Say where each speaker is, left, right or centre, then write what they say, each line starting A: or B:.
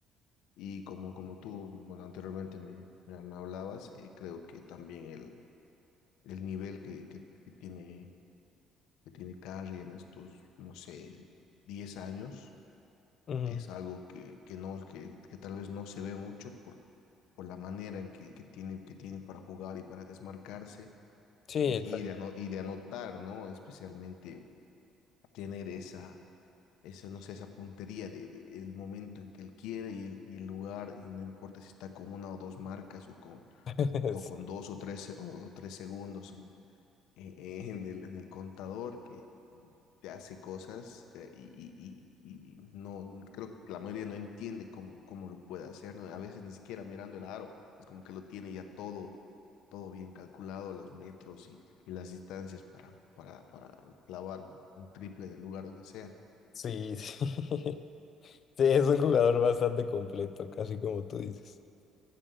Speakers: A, on the left; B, on the left.
A: Y como, como tú, bueno, anteriormente me, me, me hablabas, eh, creo que también el, el nivel que, que, que tiene, que tiene Curry en estos, no sé, 10 años,
B: ujú,
A: es algo que, que, no, que, que tal vez no se ve mucho por, por la manera en que, que, tiene, que tiene para jugar y para desmarcarse
B: Sí,
A: y,
B: exacto.
A: y, de, ano- y de anotar, ¿no? Especialmente tener esa, esa, no sé, esa puntería de, de el momento en que él quiere y el, y el lugar, y no importa si está con una o dos marcas o con,
B: <laughs>
A: o con dos o tres, o, o tres segundos en, eh, en el, en el contador que te hace cosas te- y, y- y- y no, creo que la mayoría no entiende cómo, cómo lo puede hacer, ¿no? A veces ni siquiera mirando el aro, es como que lo tiene ya todo, todo bien calculado, los metros y, y las distancias para, para, para clavar un, un triple del lugar donde sea.
B: Sí, sí. <laughs> Sí, es un jugador bastante completo, casi como tú dices.